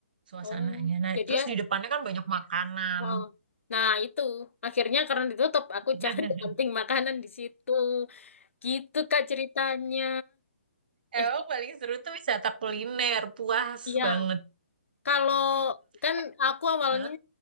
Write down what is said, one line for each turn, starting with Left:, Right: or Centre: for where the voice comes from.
Right: suasananya.
Left: oh
Right: Nah,
Left: jadi
Right: terus
Left: ya
Right: di depannya kan banyak makanan.
Left: Wow. Nah, itu akhirnya karena ditutup, aku
Right: <laughs>
Left: cari kanting makanan di situ. Gitu, Kak, ceritanya. Eh,
Right: Emang paling seru tuh wisata kuliner, puas
Left: iya.
Right: banget.
Left: Kalau
Right: Hmm.
Left: kan
Right: Eh,
Left: aku awalnya
Right: Hah?